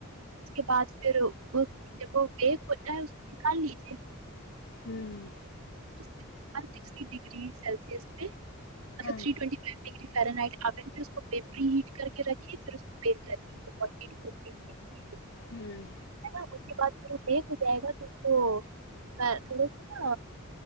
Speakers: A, on the right; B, on the left.
A: اس کے بعد پھر وہ ج بیک ہوتا ہے نکال لیجے
B: ہوں
A: س ڈگ سلس پ مطلب
B: ہاں
A: تھ ٹ ف ڈ فرٹ آپ پیپری ہیٹ کر کے رکھیے پھر پ کر
B: ہوں
A: اس بعدیک ہو جائے گا تو تھڑے س